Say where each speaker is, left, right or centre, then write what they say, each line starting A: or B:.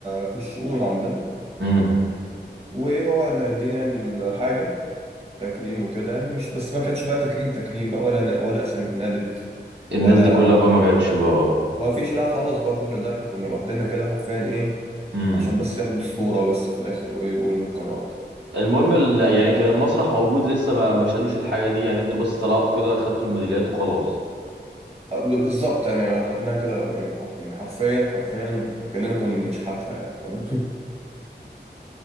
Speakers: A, on the right (about 35°); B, on the right (about 75°).
A: في الشؤون عندنا
B: امم
A: وايه هو اللي هيدينا يعني الحاجة التكريم وكده يعني مش بس ما كانش بقى تكريم تكريم بقى ولا ولا اسامي اتنادت
B: الناس
A: ولا
B: دي كلها بقى ما جاتش بقى
A: ما فيش لا خلاص بقى كل ده احنا كنا لوحدنا كده حرفيا ايه
B: امم
A: عشان بس ياخدوا الصورة بس في الاخر وايه يقولوا اتكرمت
B: المهم ال- يعني كان المسرح موجود لسه ما ما شالوش الحاجه دي يعني انتوا بس طلعتوا كده خدتوا الميداليات وخلاص
A: بالظبط يعني خدناها كده يعني حر- يعني حرفيا حرفيا كأننا كنا بنشحتها يعني فاهم <laughs>